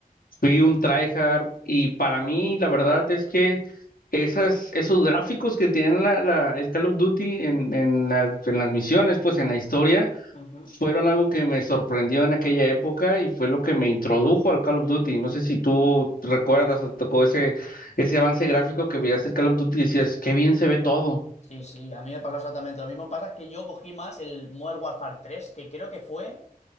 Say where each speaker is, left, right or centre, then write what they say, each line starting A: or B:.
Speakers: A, on the left (about 70°); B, on the left (about 45°).
A: Fui un tryhard y para mí la verdad es que esas, esos gráficos que tienen la, la- el Call of Duty en, en las, en las misiones, pues en la historia,
B: Ujú.
A: fueron algo que me sorprendió en aquella época y fue lo que me introdujo al Call of Duty. No sé si tú recuerdas o te tocó ese, ese avance gráfico que veías el Call of Duty y decías, qué bien se ve todo.
B: Sí, sí, a mí me pasó exactamente lo mismo. Pasa que yo cogí más el Modern Warfare tres, que creo que fue